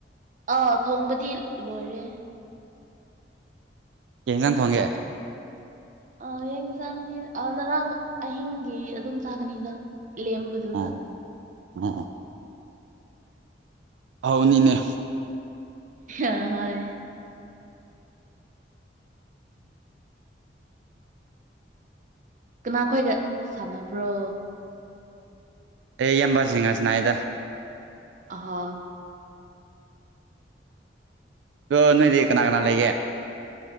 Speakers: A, on the right; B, on the right.
A: ꯑꯥ ꯊꯣꯡꯕꯗꯤ ꯂꯣꯏꯔꯦ
B: ꯀꯒꯥꯟ ꯊꯣꯡꯒꯦ
A: ꯑ ꯌꯦꯡ ꯆꯥꯡꯗꯤ ꯉꯔꯥꯡ ꯑꯍꯤꯡꯒꯤ ꯑꯗꯨꯝ ꯆꯥꯒꯅꯤꯗ ꯑꯝꯕꯗꯗ
B: ꯑꯣ ꯑꯣ ꯑꯥꯎꯅꯤꯅꯦ
A: ꯑ ꯍꯣꯏ ꯀꯅꯥꯈꯣꯏꯒ ꯁꯥꯟꯅꯕ꯭ꯔꯣ
B: ꯑꯦ ꯏꯕꯁꯤꯡ ꯑꯁꯅꯥꯏꯗ
A: ꯑ
B: ꯑꯣꯏ ꯅꯣꯏꯗꯤ ꯀꯅꯥ ꯀꯅꯥ ꯂꯩꯒꯦ